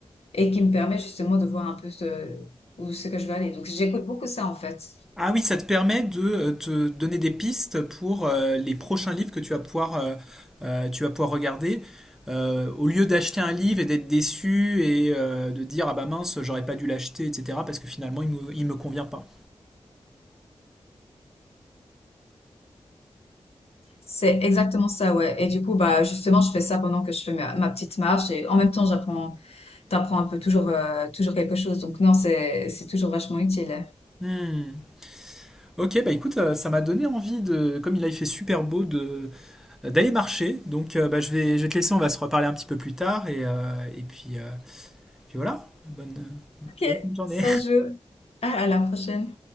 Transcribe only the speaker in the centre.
Ah oui, ça te permet de euh, te donner des pistes pour euh, les prochains livres que tu vas pouvoir, euh, euh, tu vas pouvoir regarder. Euh, au lieu d'acheter un livre et d'être déçu et euh, de dire ah bah mince, j'aurais pas dû l'acheter, etc. parce que finalement il me, il me convient pas.
Hmm. Ok, bah écoute, euh, ça m'a donné envie de, comme il a fait super beau, de d'aller marcher. Donc euh, bah, je vais, je vais te laisser, on va se reparler un petit peu plus tard et, euh, et puis, euh, puis voilà. Bonne,
bonne journée.